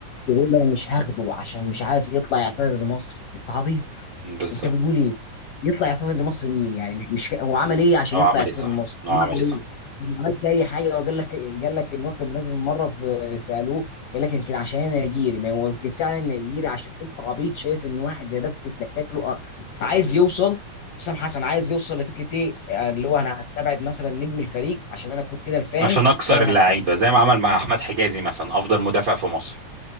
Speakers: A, on the left (about 65°); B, on the right (about 55°).
A: تقول لي انا مش هاخده عشان مش عارف يطلع يعتذر لمصر انت عبيط
B: بالظبط
A: انت بتقول ايه يطلع يعتذر لمصر مين يعني مش مش فا... هو عمل ايه عشان
B: هو
A: يطلع
B: عمل
A: يعتذر
B: ايه صح
A: لمصر
B: هو
A: ما
B: عمل
A: عليه
B: ايه صح
A: ما عملش اي حاجه وقال لك قال لك ان هو كان منزل مره في سالوه قال لك يمكن عشان انا نيجيري ما هو يمكن فعلا نيجيري عشان انت عبيط شايف ان واحد زي ده بتتلكك له آه. عايز يوصل حسام حسن عايز يوصل لفكره ايه آه، اللي هو انا هستبعد مثلا نجم الفريق عشان انا كنت كده الفاهم
B: عشان اكسر
A: وانا
B: اللعيبه
A: هكسب
B: زي ما عمل مع احمد حجازي مثلا افضل مدافع في مصر